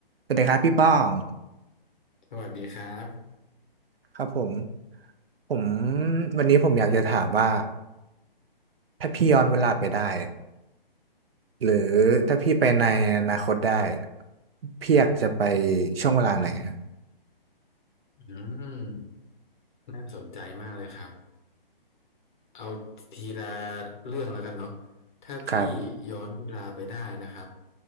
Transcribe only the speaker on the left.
สวัสดีครับ
อืมน่าสนใจมากเลยครับเอาทีละเรื่องแล้วกันเนาะถ้าพี่ย้อนเวลาไปได้นะครับ